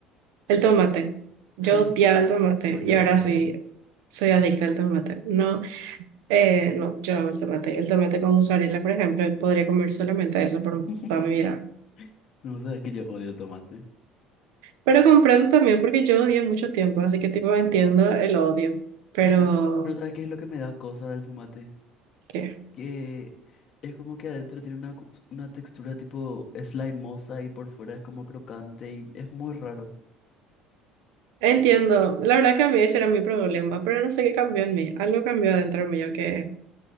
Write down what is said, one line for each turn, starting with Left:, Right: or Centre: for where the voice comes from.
Right: El tomate. Yo
Left: <gasps>
Right: odiaba el tomate
Left: No, yo
Right: y ahora
Left: odio te.
Right: sí soy adicta al tomate. No, eh, no, yo amo el tomate. El tomate con mozzarella, por ejemplo, podría comer solamente eso por
Left: <laughs>
Right: toda mi vida.
Left: No, sabes que yo odio el tomate.
Right: Pero comprendo también porque yo odié mucho tiempo, así que tipo entiendo el odio. Pero,
Left: Pues, Pero ¿sabes qué es lo que me da cosa del tomate?
Right: ¿qué?
Left: que es como que adentro tiene una, cu- una textura tipo slimosa y por fuera es como crocante y es muy raro.
Right: Entiendo. La verdad que a mí ese era mi problema, pero no sé qué cambió en mí. Algo cambió adentro mío que